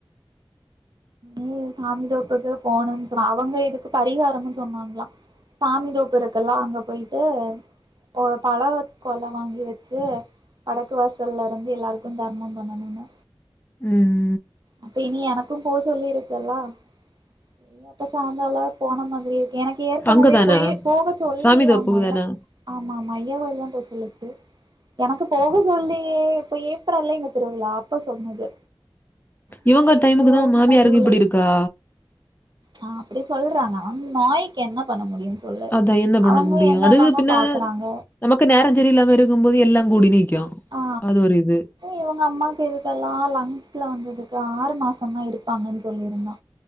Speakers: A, on the right; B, on the left.
A: ம் சாமிதோப்புக்கு போணுன் சொ அவங்க இதுக்கு பரிகாரம்னு சொன்னாங்களா சாமிதோப்பு இருக்கில்ல அங்க போய்ட்டு ஓ பாலக் கொல வாங்கி வச்சு வடக்கு வாசல்லருந்து எல்லாருக்கு தர்மம் பண்ணனுனு
B: ம்
A: அப்ப இனி எனக்கும் போ சொல்லிருக்குல்லா செரி அப்ப <unintelligible> போன மாதிரி எனக்கு ஏற்கனவே
B: அங்கதானா?
A: போயி போக சொல்லியாமா
B: சாமி தோப்புக்கு
A: என
B: தானா?
A: ஆமாமா ஐயா கேயில் தா போ சொல்லீர்க்கு எனக்கு போக சொல்லியே இப்ப ஏப்ரல்ல இங்க திருவிழா அப்ப சொன்னது மே
B: இவங்க டைமுக்கு
A: ஜுன்
B: தான் மாமியாருக்கு
A: ஜுலை
B: இப்படி இருக்கா?
A: ஆ அப்டி சொல்றாங்க ம் நோய்க்கு என்ன பண்ண முடியும் தோழர்
B: அதான் என்ன பண்ண
A: அவங்க
B: முடியும்?
A: என்னல்லாமோ
B: அது பின்ன
A: பாக்கறாங்க
B: நமக்கு நேரஞ் செரி இல்லாம இருக்கும் போது எல்லா கூடி நிக்கு
A: ஆ
B: அது ஒரு இது
A: இவங்க அம்மாவுக்கு இதுக்கெல்லாம் லங்ஸ்ல வந்தது கா ஆறு மாசம் தா இருப்பாங்கன் சொல்லிருந்தா